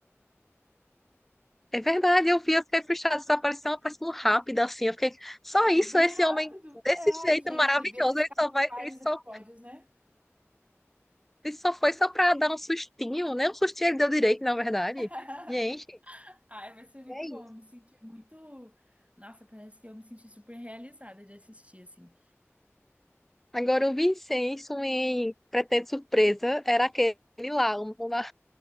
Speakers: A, in the centre; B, on the right (about 25°).
A: É verdade, eu vi, eu fiquei frustrada, essa aparição, aparição rápida, assim, eu fiquei, só
B: É
A: isso,
B: um bem
A: esse
B: rápido.
A: homem, desse
B: É, ai,
A: jeito
B: gente,
A: maravilhoso,
B: devia ter ficado
A: ele só vai,
B: vários
A: ele só,
B: episódios, né?
A: ele só foi só pra dar um sustinho, né? Um sustinho ele deu direito, na verdade.
B: <laughs>
A: Gente,
B: Ai, vai ser muito
A: é
B: bom.
A: isso.
B: Eu me senti muito. Nossa, parece que eu me senti super realizada de assistir, assim.
A: Agora, o Vincenzo em Pretende Surpresa era aquele lá, o o na